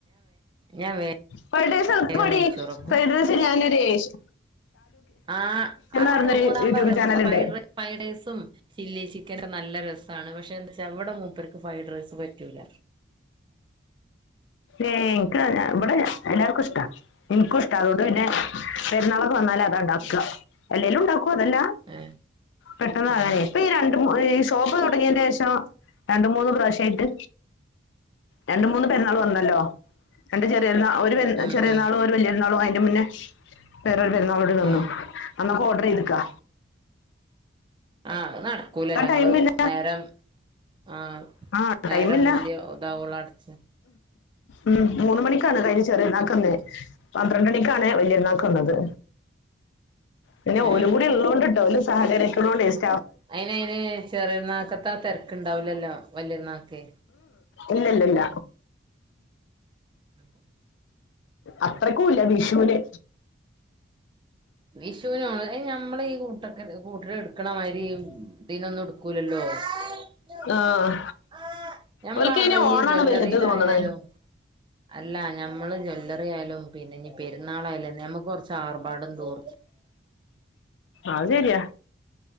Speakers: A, on the right; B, on the left.
A: ഞാൻ
B: ഫൈടേസെൾപ്പാടീ
A: വേഗം നെയ്ച്ചോറക്കും
B: ഫൈഡ്രേസ് ഞാനൊരേഷ്
A: ആ അത്
B: പറഞ്ഞൊരു
A: <unintelligible>
B: യൂട്യൂബ് ചാനലുണ്ട്
A: ഫൈഡ്രേ ഫൈടേസും ചില്ലി ചിക്കനും നല്ല രസാണ്. പക്ഷെ എന്താ ച്ചാ ഇവടെ മൂ പർക്ക് ഫൈഡ്റൈസ് പറ്റൂല.
B: ഏഹ് ഇൻക് വെടെ എല്ലാർക്കുഷ്ട്ടാ. ഇൻക്കുഷ്ട്ടാ അതോ ത് പിന്നെ പെരുന്നാളൊക്കെ വന്നാല അതാണ്ടാക്ക.
A: ഉം
B: എല്ലെലും ഉണ്ടാ കൊതല്ല
A: ഏ
B: പെട്ടെന്ന്
A: ആ
B: അനെ ഇപ്പഈ രണ്ട് മൂ ഏ ഷോപ് തൊട്ങ്ങേന്റെഷം രണ്ട് മൂന്ന് പ്രാവ്ഷ് ഏൻട്ട് രണ്ട് മൂന്ന് പെരുന്നാൾ വന്ന് ട്ടോ രണ്ട് ചെറിയര്ന്നാ ഒരു വെൽ
A: ഉം
B: ചെറിയര്ന്നാളു
A: ഉം
B: ഒരു വല്യര്ന്നാളു അയിന്റെ മുന്നേ <unintelligible> <unintelligible> പെരുന്നാളൂട് നിന്നു
A: ഉം
B: അന്നൊക്ക ഓർഡർ ചെയ്ത്ക്കാ
A: ആഹ് നട്ക്കൂലല്ലോ ങ്ങള്
B: ടൈമില്ല
A: നേരം ആഹ്
B: ആ
A: നേരം
B: ടൈമില്ല
A: മോന്ത്യ ഉ താഓള അടച്ച്
B: ഉം മൂന്ന് മണിക്കാണ് കഴിഞ ചെറിയര്ന്നാക്ന്നീഞെ. പന്ത്രണ്ട് മണിക്കാണ് വലിയര്ന്നാക്കന്നത്. പിന്നെ
A: ഏ
B: ഓലും കൂടി ള്ളോണ്ട്ട്ടോ <unintelligible> സഹകരിക്ക്ണോണ്ടീസ്
A: അയിനയ് ന് ചെറിയര്ന്നാക്കത്താ തെര്ക്ണ്ടാവ് ലല്ലോ വല്ലന്നക്കെ
B: ഇല്ല ഇല്ലല്ല
A: ഉഹ
B: അത്രക്കല്ല വിഷുവിന്
A: വിശ് ക ഇന്നും
B: ആഹ് ഓൽക്ക് അയിന്
A: അല്ലമ്മ
B: ഓണാണ് വലുത് തോന്നണേ
A: ആാലും പിന്നെ ഇനി പെരുന്നാളായാലും നമക്ക് കുറച്ച് ആർപാട തോന്നും
B: ആതരിയ